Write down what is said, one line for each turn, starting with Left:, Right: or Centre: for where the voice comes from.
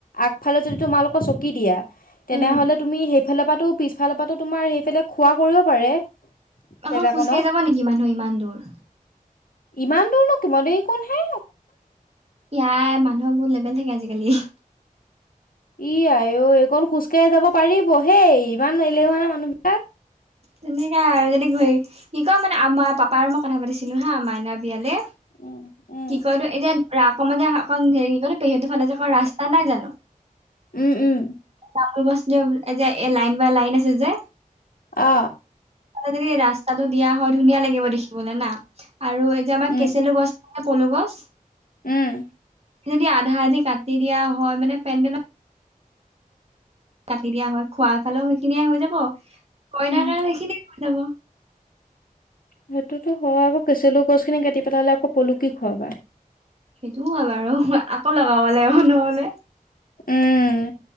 Left: আগফালে যদি তোমালোকৰ চকী দিয়া। তেনেহলে
Right: উম
Left: তুমি সেইফালৰ পৰা পিছফালৰ পৰা তোমাৰ সেইফালে খোৱা কৰিব পাৰে।
Right: আকৌ'
Left: জেগাকনত।
Right: খোজকাঢ়ি যাব নেকি মানুহে ইমান দূৰ।
Left: ইমান দূৰ নকিব দেই কোন হে।
Right: ইয়াই মানুহৰ বহুত লেবেল থাকে আজিকালি,।
Left: ই আই অ' এইকণ খোজ কঢ়ি যাব পাৰিবহে ইমানহ এলেহুৱা নে মানুহবিলাক।
Right: তেনেকা আৰু যেনেক কি ক মানে আমাৰ পাপাৰ মই কথা পাতিছিলো হা মাইনা বিয়ালে।
Left: উম, উম।
Right: কি কলো এতিয়া আকৌ মমান যে অকণ হেৰি কি কলো পেহতৰ ফালে যে অক ৰাস্তা নাই জানো।
Left: উম উম।
Right: কাম গছ যে এ যে লাইন বাই লাইন আছে যে।
Left: অ।
Right: যদি ৰাস্তাটো দিয়া হয় ধুনীয়া লাগিব দেখিবলে না আৰু এই যে আমাৰ
Left: উম।
Right: কেচেলু গছ,। পলু গছ
Left: উম,
Right: যদি আধা আধি কাটি দিয়া হয় মানে পেডেল। কাটি দিয়া হয খোৱাৰ ফালেও সেইখিনিয়ে হৈ যাব কইনাৰ
Left: উম,
Right: কাৰণে সেইখিনিয়ে হৈ যাব।
Left: সেইটোতো হয় আকৌ কেচেলু গছ খিনি কাটি পেলালে আকৌ' পলু কি খোৱা বা।
Right: সেইটোও হয়' বাৰু আকৌ লগাব লাগিব নহলে।
Left: উম